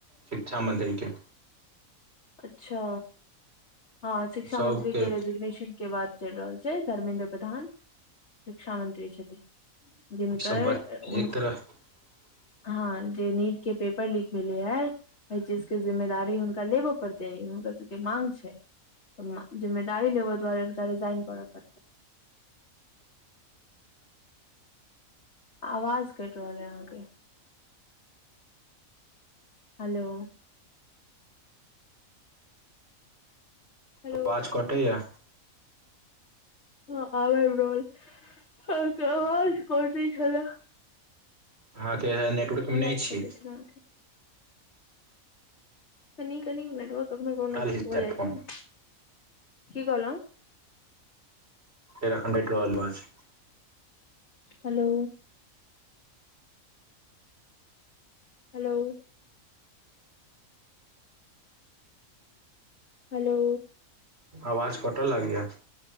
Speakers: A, on the right (about 45°); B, on the left (about 55°).
A: शिक्षा मंत्रीके।
B: अच्छा हँ शिक्षा
A: सबके
B: मंत्री के
A: ई
B: रेजिग्नेश के बात चलि रहल छै धर्मेेन्द्र प्रधान शिक्षा मंत्री छथिन। जिनकर
A: सब बात
B: उ
A: <unintelligible>
B: हँ जे नीट के पेपर लीक भेले है ओहि चीज के जिम्मेदारी हुनका लेबो। पड़ते ह हुनकर सब के मांग छै जिम्मेदी लेबऽ'दारे रिजाइन करऽ 'पड़ते। आवाज कटि रहल है अहाँके। हेलो हेलो
A: आवाज कटैए।
B: हँ आबै रोलाज कोट छल
A: अहाँ तऽ'इह नेटवर्कमे
B: आवाज
A: नहि छी।
B: <unintelligible> कनि कनि नेटर्क कखनो
A: हटा
B: कखनो
A: दै छी
B: वीक हो
A: शायद
B: जाइ
A: फोन
B: छै ने की कहल।
A: एरखणडा एको आलोा छै।
B: हेलो। हेलो। हेलो।
A: आवाज कटऽ' लागया।